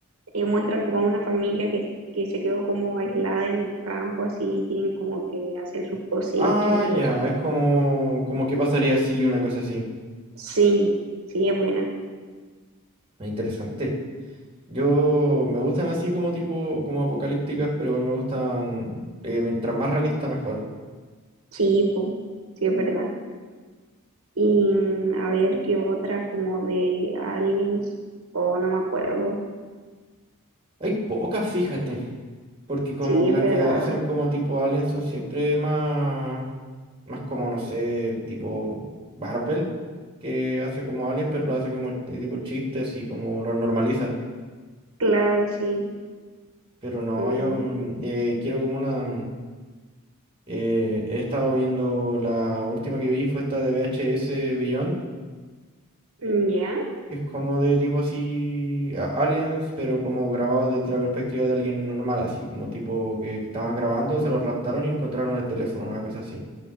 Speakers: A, on the right; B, on the right.
A: eh, muestran como a una familia que, que se quedó como aislada en el campo, así tienen como que hacer sus cosechas
B: Ah,
A: y todo
B: ya,
A: eso.
B: es como, como qué pasaría así, una cosa así.
A: Sí, sí, es buena.
B: Ah, Interesante. Yo, me gustan así como tipo, como apocalípticas, pero igual me gustan, eh, mientras más realista, mejor.
A: Sí, bu, sí, es verdad. Y mm, a ver qué otra, como de aliens, o no me acuerdo.
B: Hay pocas, fíjate. Porque como
A: Sí,
B: que las
A: es verdad.
B: que hacen como tipo Alien son siempre más, más como, no sé, tipo Marvel, que hace como Alien, pero lo hace como de tipo chistes y como lo normaliza.
A: Claro, sí.
B: Pero no,
A: Mm,
B: yo mm, eh, quiero como una... mm, eh, he estado viendo la última que vi fue esta de VHS Beyond,
A: mm, ya.
B: que es como de tipo así, a- aliens, pero como grabado desde la perspectiva de alguien normal, así como tipo que estaban grabando, se los raptaron y encontraron el teléfono, una cosa así.